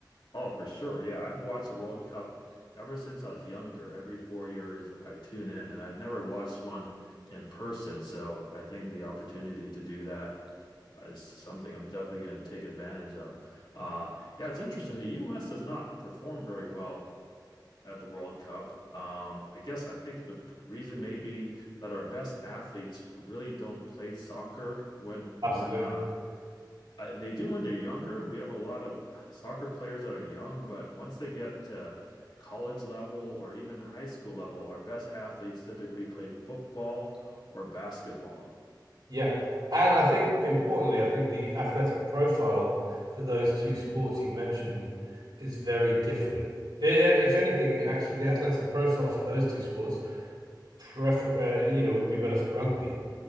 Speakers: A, on the left; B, on the right.
A: Oh, for sure. Yeah, I've watched the World Cup ever since I was younger. Every four years, I tune in, and I've never watched one in person. So I think the opportunity to do that is something I'm definitely going to take advantage of. Uh, yeah, it's interesting. The U.S. does not perform very well at the World Cup. Um, I guess I think the reason may be that our best athletes really don't play soccer when
B: Absolutely.
A: when uh, I, they do when they're younger. We have a lot of soccer players that are young, but once they get to college level or even high school level, our best athletes typically play football or basketball.
B: Yeah. And I think importantly, I think the athletic profile for those two sports you mentioned is very different. I- i- If anything, actually, the athletic profile for those two sports prefer uh, you know would be better for rugby,